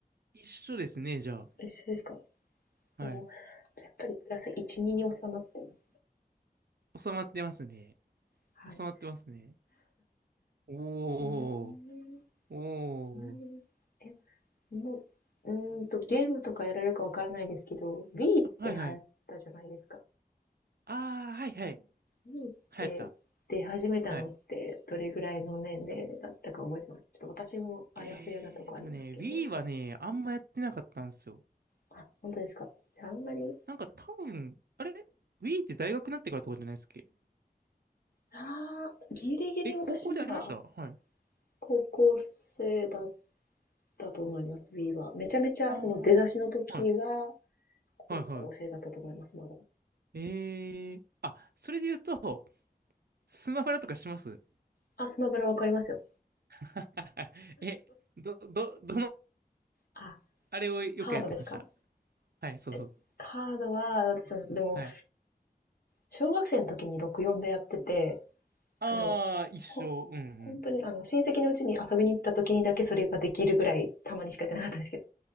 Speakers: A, on the right; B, on the left.
A: 一緒ですね、じゃ
B: 一緒ですか
A: あ。
B: もう、
A: はい。
B: じゃあやっぱりプラス1、2に収まってます。
A: 収まってますね。
B: はい。
A: 収まってますね。おー、
B: えー、
A: おー。
B: ちなみに、え、もう、うーんと、ゲームとかやられるかわからないですけど、Wii って流行ったじゃないですか。
A: あはいはい。あー、はいはい。流
B: Wii って出始めたのってどれぐらいの年齢だったか覚えてますちょっと私もあやふやなとこありますけど。
A: 行った。はい。えー、でもね、Wii はね、あんまやってなかったんですよ。
B: あ、本当ですか。じゃああんまり、
A: なんか多分、あれ ?Wii って大学になってからとかじゃないっすっけ
B: あー、ギリギリ私まだ
A: え、高校でありましたはい。
B: 高校生だったと思います、Wii は。めちゃめちゃその出だしの時は、
A: ああ。はい。
B: 高校生だったと思います、
A: はいは
B: まだ。
A: い。えー。あ、それで言うと、スマブラとかします
B: あ、スマブラわかりますよ。
A: <laughs> え、ど、ど、どの、
B: あ、
A: あれをよくやってました。
B: ハードですか
A: はい、そうそう。
B: え、ハードは、私も、でも、
A: はい。
B: 小学生の時に64でやってて、
A: ああ、
B: あ、でも、
A: 一緒。
B: ほ、
A: うん
B: 本当に、あの、親戚のうちに遊びに行った時にだけそれができるぐらい、たまにしかやってなかったんですけど、